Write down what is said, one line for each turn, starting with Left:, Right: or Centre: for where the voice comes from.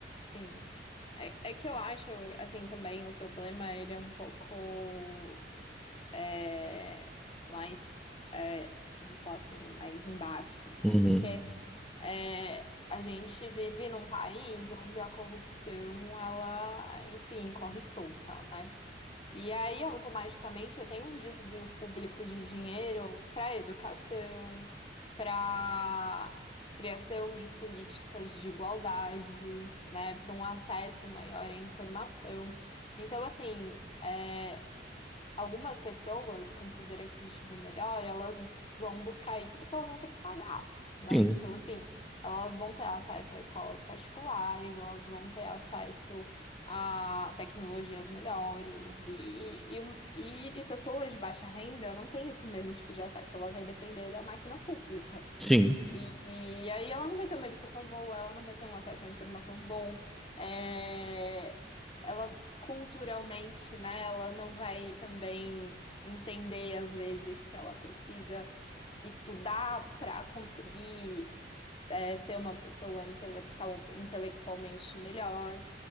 Left: sim. É, é que eu acho, assim, também o problema, ele é um pouco é, mais, é, eu vou falar assim, mais embaixo, né?
Centre: Uhum.
Left: Porque é, a gente vive num país onde a corrupção, ela, enfim, corre solta, né? E aí, automaticamente, tem um desvio público de dinheiro para educação, para criação de políticas de igualdade, né, para um acesso maior à informação. Então, assim, é, algumas pessoas com poder aquisitivo melhor, elas vão buscar isso porque elas vão ter que pagar, né?
Centre: Sim,
Left: Então, assim, elas vão ter acesso a escolas particulares, elas vão ter acesso a tecnologias melhores e, e, e, e pessoas de baixa renda não têm esse mesmo tipo de acesso, ela vai depender da máquina pública.
Centre: sim.
Left: E, e aí ela não vai ter uma educação boa, ela não vai ter um acesso à informação bom, é, ela culturalmente, né, ela não vai também entender às vezes que ela precisa estudar para conseguir é, ser uma pessoa intelectual, intelectualmente melhor.